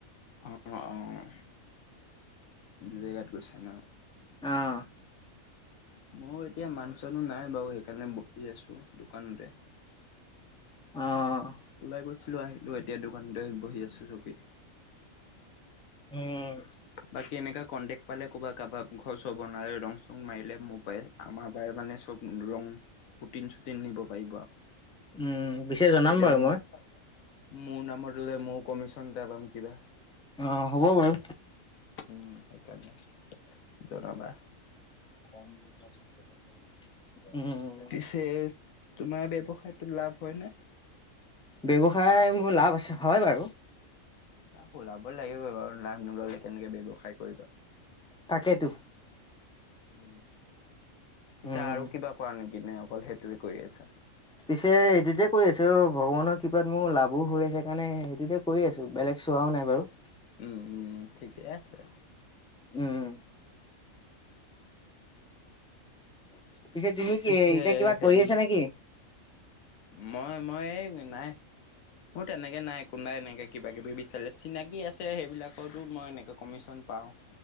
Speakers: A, on the left; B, in the centre.
A: অ', অ', দু জেগাত গৈছা ন।
B: অ'।
A: মই এতিয়া মাং চনো নাই বাৰু সেইকাৰণে বহি আছো দোকানতে।
B: অ'।
A: ওলাই গৈছিলো আহিলো এতিয়া দোকানতে বহি আছো চকী
B: উম।
A: বাকী এনেককা কণ্টেকট পালে কৰোব, কাৰোবাক ঘৰ চব বনালে ৰং চং মাৰিলে মোবাই আমাৰ ব মানে চব ৰং পুটিন, চুটিন নিব পাৰিব আৰু।
B: উম, পিছে জনাম
A: তেতিয়া
B: বাৰু মই।
A: মোৰ নামত ললে মোৰ কমিশন এটা পাম কিবা।
B: অ, হ'ব বাৰু।
A: উম, সেইকাৰণে জনাবা।
B: উম।
A: পিছে তোমাৰ বৱসায়তো লাভ হয় ন।
B: ব্যৱসায় মোৰ লাভ আছে হয় বাৰু।
A: লাভ ওলাবই লাগিব বাৰু লাভ নললে কেনেকে ব্যৱসায় কৰিবা।
B: তাকেইতো।
A: উম, পিছে
B: উম।
A: আৰু কিবা কোৱা নেকি নাই অকল সেইটোৱে কৰি আছে।
B: পিছে এইটোতে কৰি আছো ভগৱানৰ কৃপাত মোৰ লাভো হৈ আছে কাৰণে সেইটোতে কৰি আছোঁ বেলেগ চোৱাও নাই বাৰু।
A: উম, উম, ঠিকেই আছো।
B: উম। পিছে তুমি কি
A: পিছে
B: এতিয়া কিবা
A: হেৰি
B: কৰি আছা নেকি।
A: মই, মই, এই নাই। মোৰ তেনেকৈ নাই কোনোবাই এনেকৈ কিবা, কিবি বিচাৰে চিনাকি আছে সেইবিলাকতো মই এনেকৈ কমিশ্যন পাওঁ। <inaudible>